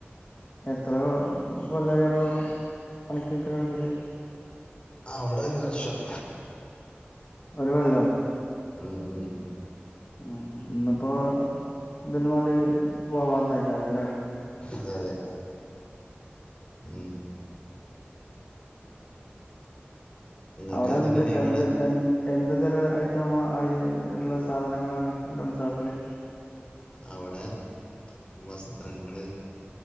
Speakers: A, on the left; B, on the left.
A: എത്ര കൊല്ലായി അടെ പണിക്ക് നിക്കല് തൊടങ്ങീട്ട്
B: അവിടെ ഒരു വർഷം
A: ഒരു കൊല്ലോ
B: ഉം ഉം
A: ഉം ഇന്നിപ്പോ ഇതിന് വാണ്ടി പോവാന്നയ്ക്കാരം ലെ
B: അതെ അതെ ഉം നിങ്ങൾക്ക്
A: അഒടെ
B: എന്തിന്റെ
A: ന്ത്
B: ലീവാണ്
A: എന്ത് എ എന്ത് തരം ഐറ്റം ള്ള സാധനങ്ങളാണ് തുണ്സാപ്പില്?
B: അവടെ വസ്ത്രങ്ങള്